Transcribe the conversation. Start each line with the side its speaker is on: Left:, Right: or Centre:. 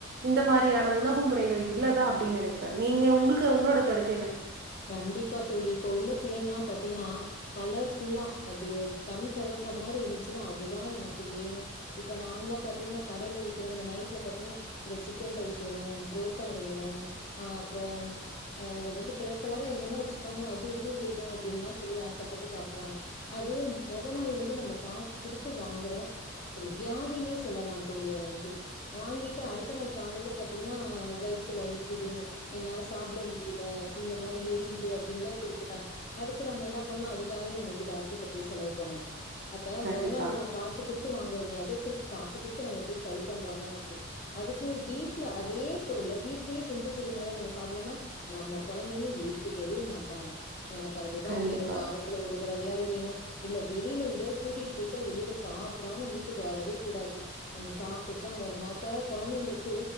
Right: இந்த மாதிரியான உணவு முறைகள் இல்லதா அப்டின் நெனப்பே நீங்க ஒங்களுக்கு ங்க உங்களோட கருத்
Left: கண்டிப்பா தோழி இப்ப உள்ள புள்ளைங்கல்லா பாத்தீங்னா கலர்ஃபுல்லா அப்டியே கண் கவர்ற மாதிரி இருந்துச்சுன்னா அதுதா எனக்கு வேனு இப்ப நார்மலா பாத்தீங்னா கடையில விக்கிற அ இந்த நைட்ல பாத்தீங்னா இந்த சிக்கன் ரைஸ் வேனு புரோட்டா வேனு அ அப்புறோ அவுங்க வந்து கலர் கலரா என்னென்ன வெச்சிருக்காங்களோ அது இது வேனு அப்டின்னுல்லா சொல்லி ஆசப்பட்டு சாப்றாங்க அது மொத நாள் வந்து நம்ம காசு குடுத்து வாங்குற ஒரு வியாதினே சொல்லலா தோழி அத வந்து வாங்கிட்டு அடுத்த நாள் காலேல பாத்தீங்னா வயித்து வலிக்குது என்னால சாப்ட ல இந்த மாரி எரியுது அப்டின்னுல்லா சொல்லி சொல்றாங்க அடுத்து நம்ம என்ன பண்ணோ அதுக்கவே நம்ம போய் டாக்டர்கிட்ட போய் செலவு பண்ணனு அப்ப
Right: கண்டிப்பா
Left: மொத நாள் நம்ம காசு குடுத்து வாங்குறமே அதே திருப்பி காசு குடுத்து நம்ம போய் சரி பண்ற மாதிரி இருக்கு அதுக்கு வீட்ல அதே பொருள வீட்லயே செஞ்சு கொடுங்களே நம்ம சாப்லானா நம்ம கொழந்தைங்க ஏத்துக்கவே மாட்டாங்க எனக்கு அதுதா
Right: கண்டிப்பா
Left: வேனு வாரத்துல ஒரு ஒரு தடவயாது வேனு இல்ல வெளில எங்கேயோ கூட்டிட்டு போயிட்டா வெளில சாப்டாம வீட்டுக்கு வரவே கூடாது நம்ம சாப்ட்டு தா வரனு அப்ப கொழந்தைங்களுக்கு